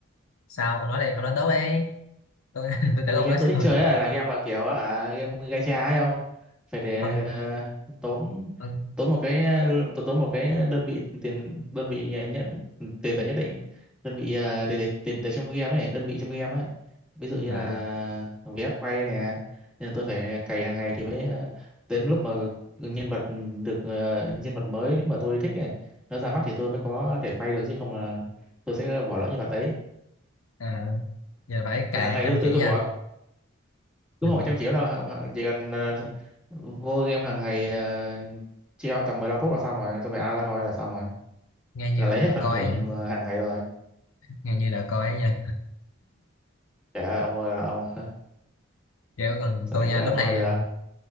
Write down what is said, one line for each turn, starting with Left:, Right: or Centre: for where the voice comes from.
Left: sao ông nói đi, ông nói tốt đi. Tôi <laughs> tôi
Centre: Tại
Left: tưởng
Centre: vì
Left: ông
Centre: game
Left: nói sao
Centre: tôi thích chơi
Left: rồi.
Centre: á, là game mà kiểu hả game gacha ấy không phải để
Left: Ông
Centre: ờ, tốn
Left: ông
Centre: tốn một cái tốn tốn một cái đơn vị tiền đơn vị nhà nhận tiền tệ nhất định đơn vị ờ, tiền tệ tiền tệ trong game ấy đơn vị trong game ấy ví dụ như
Left: à,
Centre: là vé quay nè nên là tôi phải cày hàng ngày thì mới ờ, đến lúc mà nhân vật được ờ, nhân vật mới mà tôi thích ấy nó ra mắt thì tôi mới có thể quay được chứ không là tôi sẽ bỏ lỡ nhân vật đấy
Left: à, giờ phải cày
Centre: là hàng ngày
Left: chăm
Centre: tôi tôi
Left: chỉ
Centre: tôi
Left: nha.
Centre: bỏ đúng
Left: Ừ.
Centre: không phải trăm triệu đâu hả- chỉ cần ờ, vô game hàng ngày ờ, treo tầm 15 phút là xong rồi xong rồi out ra thôi là xong rồi
Left: Nghe như
Centre: là lấy
Left: đạo
Centre: hết phần
Left: coi
Centre: thưởng
Left: ấy,
Centre: ờ, hàng ngày rồi
Left: nghe như đạo coi ấy nha.
Centre: trời ơi ông ơi là ông <laughs>
Left: Kiểu còn
Centre: sao
Left: tôi
Centre: định
Left: nha,
Centre: nghĩ là
Left: lúc
Centre: coi
Left: này
Centre: được